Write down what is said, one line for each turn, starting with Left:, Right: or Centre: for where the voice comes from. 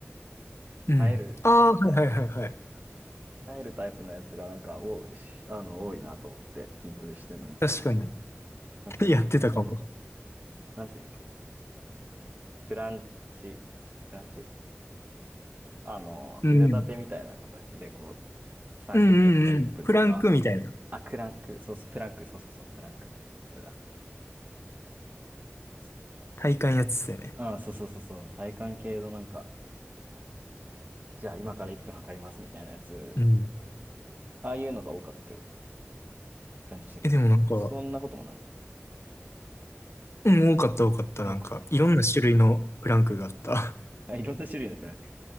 Left: うん。
Right: 耐える、
Left: ああ、
Right: 耐えるタイプの、
Left: はいはいはいはい。
Right: 耐えるタイプのやつが、なんか、お、しあの、多いなと思って、筋トレしてるの見てたら、
Left: 確かに。
Right: なんていうの、
Left: <laughs> やってたかも。
Right: あの、なんていうんだっけ、クランチ、クランチあの、
Left: うん。
Right: 腕立てみたいな形で、こう、30秒とか1分とか、
Left: うんうんうん。プランクみたいな。
Right: あ、クランク、そうそう、プランク、そうそうそう、プランク。それだ。そうそう。
Left: 体幹やつだよね。
Right: あ、そうそうそうそう。体幹系のなんか、じゃあ今から1分測りますみたいなやつ、
Left: うん。
Right: ああいうのが多かった感じしたけど、
Left: え、でもなんか、
Right: そんなこともない。
Left: うん、多かった多かった。
Right: あ、
Left: なんか、
Right: よかった。
Left: いろんな種類のプランクがあった。
Right: あ、いろんな種類のプランク。